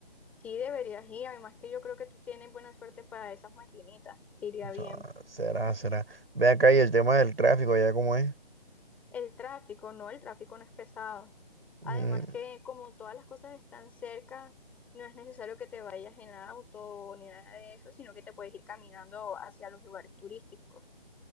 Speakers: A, in the centre; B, on the right (about 70°).
A: Sí, deberías ir. Además, que yo creo que tú tienes buena suerte para esas maquinitas. Te iría
B: O sea,
A: bien.
B: será, será. Ve acá y el tema del tráfico, allá cómo es.
A: El tráfico, no, el tráfico no es pesado. Además
B: Mm,
A: que como todas las cosas están cerca, no es necesario que te vayas en auto ni nada de eso, sino que te puedes ir caminando hacia los lugares turísticos.